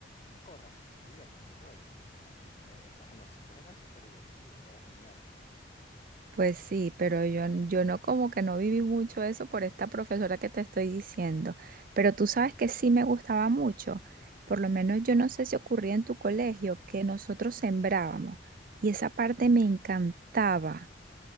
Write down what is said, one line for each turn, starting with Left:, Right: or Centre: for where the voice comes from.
Left: corran, diviértanse, jueguen. O sea, eh, <laughs> para nosotros era súper divertido, era genial.
Right: Pues sí, pero yo, yo no como que no viví mucho eso por esta profesora que te estoy diciendo, pero tú sabes que sí me gustaba mucho, por lo menos yo no sé si ocurría en tu colegio que nosotros sembrábamos y esa parte me encantaba.